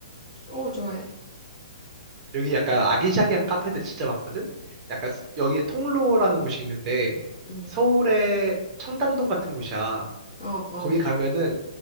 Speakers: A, on the left; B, on the right.
A: 어, 좋아해.
B: 여기 약간 아기자기한 카페들 진짜 많거든? 약간 스- 여기 통로라는 곳이 있는데
A: 음,
B: 서울의 청담동 같은 곳이야.
A: 어, 어,
B: 거기 가면은